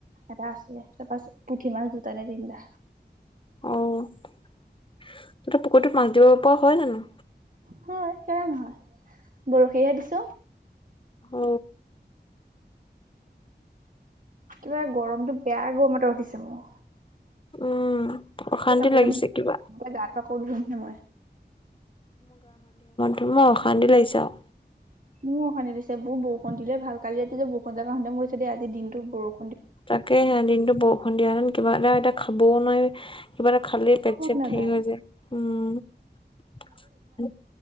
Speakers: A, on the right; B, on the left.
A: এটা আছে, তাপা পুঠি মাছ দুটা নে তিনটা।
B: উম, ততে পুখুৰীটোত মাছ দিব পৰা হয় জানোঁ?
A: হয় কেলে নহয়, বৰশীহে দিছোঁ।
B: অ
A: কিবা গৰমতটো বেয়া গৰমত এটা উঠিছে মোৰ।
B: উম। অশান্তি
A: এই কাপোৰ
B: লাগিছে
A: কানি,
B: কিবা
A: গাটো আকৌ ধুমহে মই।
B: তোমা অশান্তি লাগিছে আৰু।
A: মোৰো অশান্তি লাগিছে, বোৰ বৰষুণ দিলে ভাল কালি ৰাতি যে বৰষুণ জাক আহোঁতে মই ভাবিছোঁ দেই আজি দিনটো বৰষু
B: তাকেহে দিনটো বৰষুণ দিয়া হেঁতেন কিবা এটা-এটা খাবও নোঁৱাৰি। কিবা এটা খালেই পেট
A: মন
B: চেট
A: নাযায়
B: হেৰি যায়, উম।